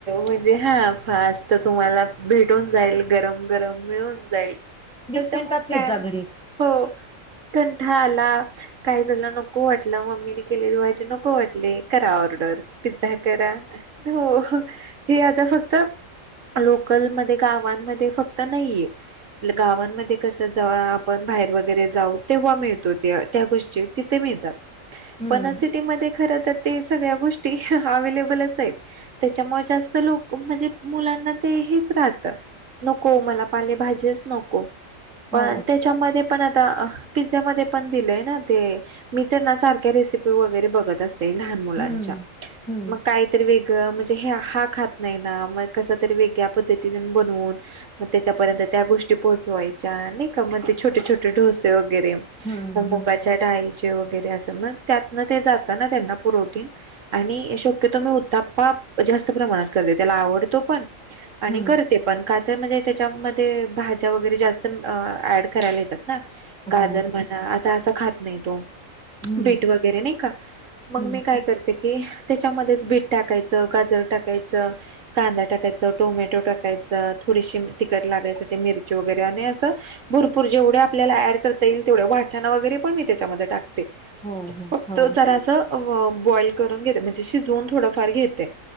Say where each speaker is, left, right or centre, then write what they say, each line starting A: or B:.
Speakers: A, on the right; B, in the centre.
A: म्हणजे हा फास्ट तुम्हाला भेटून जाईल गरम गरम मिळून जाईल. त्याच्यामुळे
B: वीस मिनिटात पिझ्झा
A: काय
B: घरी
A: हो कंठ आला काय झालं नक. नको वाटलं मम्मीने केलेली भाजी नको वाटली करा ऑर्डर पिझ्झा करा. हो हे आता फक्त. लोकलमध्येध्ये गावांमध्ये फक्त नाहीये. गावांमध्ये कसं जव आपण बाहेर वगैरे जाऊ तेव्हा मिळतो ते त्या गोष्टी. ते मिळतात
B: हम्म
A: पन सिटीमध्ये खर तर ते सगळ्या गोष्टी अवेलेबलच आहेत. त्याच्यामुळे जास्त लोक म्हणजे मुलांना ते हेच राहतं. नको मला पालेभाजीच नको. पण
B: हो
A: त्याच्यामध्ये पण आता पिझ्झा मध्ये पण दिलंय ना ते. मी तर ना सारख्या रेसिपी वगैरे बघत असते लहान मुलांच्या
B: हम्म हम्म
A: मग काहीतरी वेग. म्हणजे हे हा खात नाही ना म कस तरी वेगळ्या पद्धती बनवून. मग त्याच्यापर्यंत त्या गोष्टी पोहोचवायच्या नाही का मग ते छोटे छोटे डोसे वगैरे.
B: हम्म
A: मग मुगाच्या डाळीचे वगैरे असं मग त्यातन ते जात ना त्यांना प्रोटीन. आणि शक्यतो मी उत्थप्पाप जास्त प्रमाणात करते त्याला आवडतो पण.
B: हम्म
A: आणि करते पण खात म्हणजे त्याच्यामध्ये भाज्या वगैरे जास्त ऍड करायला येतात. ना
B: हम्म
A: गाजर म्हणा आता असं खात नाही तो.
B: हम्म
A: भेट वगैरे नाही का मग
B: हम्म
A: मी काय करते. की त्याच्यामध्येच बीट टाकायचं गाजर टाकायचं. कांदा टाकायचं टोमॅटो टाकायचं थोडीशी तिखट लागायसाठी मिरची वगैरे आणि असं. भरपूर जेवढे आपल्याला ऍड करता येईल तेवढ्या वाठणं वगैरे पण मी त्याच्यामध्ये टाकते. फक्त
B: हो हो हो
A: जरा असं. बॉईल करून घेते म्हणजे शिजून थोडंफार घेते